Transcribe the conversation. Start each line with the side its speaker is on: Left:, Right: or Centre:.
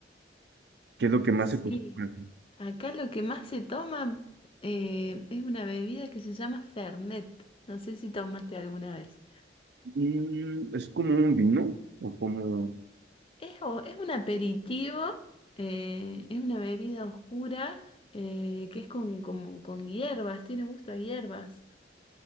Right: ¿Qué es lo que más
Left: Sí,
Right: se acostumbra?
Left: acá lo que más se toma eh, es una bebida que se llama Fernet. No sé si tomaste alguna vez.
Right: Mm, ¿es como un vino? ¿O como...
Left: Es, o- es un aperitivo, eh, es una bebida oscura eh, que es con, como, con hierbas, tiene gusto a hierbas.